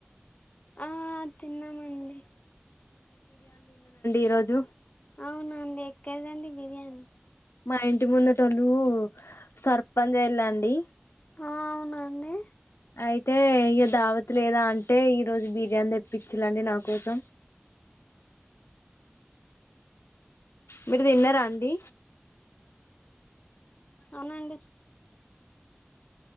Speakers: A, on the left; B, on the left.
A: ఆ తిన్నామండి
B: ఈరోజు
A: అవునండి ఎక్కడదండి బిర్యానీ
B: మా ఇంటి ముందటోళ్లు సర్పంచ్ అయలాండి
A: అవునాండి
B: అయితే ఇగ దావత లేదా అంటే ఈరోజు బిర్యానీ తెప్పించలేండి నా కోసం మీరు తిన్నారా అండి
A: అవునండి